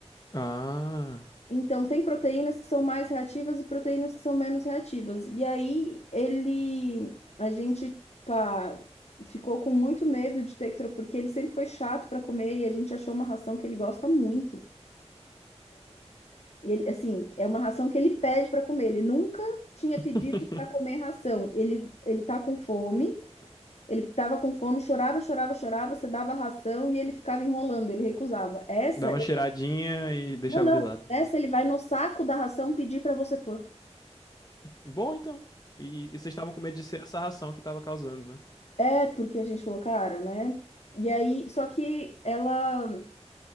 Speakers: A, on the left; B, on the left.
A: Ah,
B: Então, tem proteínas que são mais reativas e proteínas que são menos reativas. E aí, ele, a gente, pá, ficou com muito medo de ter que, tro- porque ele sempre foi chato para comer e a gente achou uma ração que ele gosta muito. E Ele, assim, é uma ração que ele pede para comer. Ele nunca tinha pedido
A: <laughs>
B: para comer ração. Ele, ele tá com fome, ele tava com fome, chorava, chorava, chorava. Você dava ração e ele ficava enrolando, ele recusava. Essa,
A: dava
B: ele-
A: uma cheiradinha e deixava
B: não, não.
A: de lado.
B: Essa ele vai no saco da ração pedir para você pôr.
A: Bom, então. E, e vocês estavam com medo de ser essa ração que tava causando, né?
B: É, porque a gente falou, cara, né? E aí, só que ela